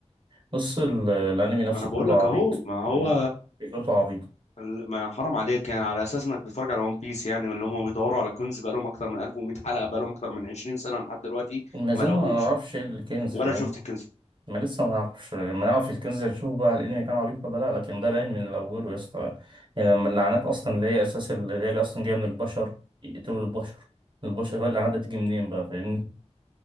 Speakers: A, on the right (about 40°); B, on the left (about 70°).
A: بص ال- الأنمي نفسه
B: ما انا بقول
A: كله
B: لك
A: عبيط
B: اهو ما هو
A: يعني فكرته عبيطة
B: ال- ما حرام عليك يعني على اساس انك بتتفرج على ون بيس يعني واللي هم بيدوروا على كنز بقى لهم اكتر من 1100 حلقه بقى لهم اكتر من 20 سنه لحد دلوقتي
A: ما
B: ما
A: زلنا
B: لقوهوش
A: ما نعرفش ايه الكنز
B: ولا
A: فاهم
B: شفت الكنز
A: ما لسه ما نعرفش ما نعرف الكنز نشوف بقى الانمي كان عبيط ولا لا لكن ده باين من الاول يا اسطى يعني لما اللعنات اصلا اللي هي اساس اللي هي اصلا جايه من البشر يقتلوا البشر البشر هو اللعنات دي تيجي منين بقى فاهمني